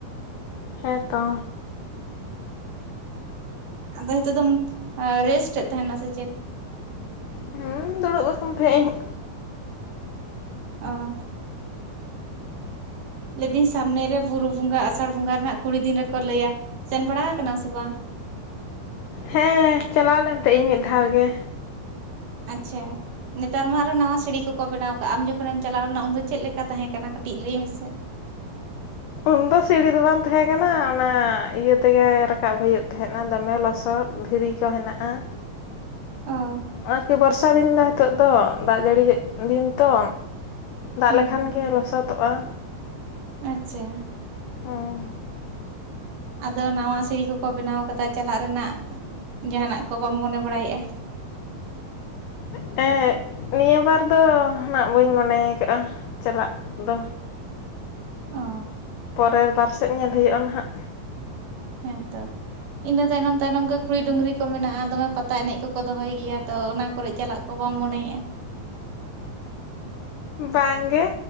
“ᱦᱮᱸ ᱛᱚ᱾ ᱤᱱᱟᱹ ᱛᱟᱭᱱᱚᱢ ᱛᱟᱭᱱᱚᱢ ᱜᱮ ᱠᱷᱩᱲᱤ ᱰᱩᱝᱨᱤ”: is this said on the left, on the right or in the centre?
Right